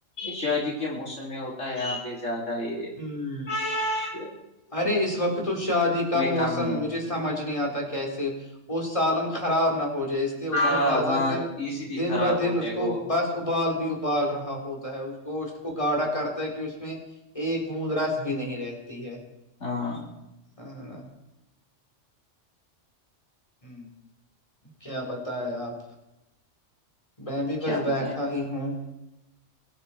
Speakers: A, on the left (about 70°); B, on the left (about 25°).
A: شادی کے موسم میں ہوتا ہے یہاں پہ زیادہ ہی ریٹ
B: ہوں ارے اس وقت تو شادی کا موسم
A: کم ہے
B: مجھے سمجھ نہیں آتا کیسے وہ سالن خراب نہ ہو جائے اس
A: خراب
B: میں فاضا
A: ہاں
B: پھر
A: ایزیلی
B: دن
A: خراب
B: ب دن
A: ہو جائے
B: اس کو
A: گا
B: بس ابال بھی ابال رہا ہوتا ہے اس کو اس کو گاڑا کرتا ہے کہ اس میں ایک بوند رس بھی نہیں رہتی ہے
A: ہاں
B: ا ن ہ کیا بتائے آپ میں بھی بس
A: کیا
B: بیٹھا
A: پتا ہے
B: ہی ہوں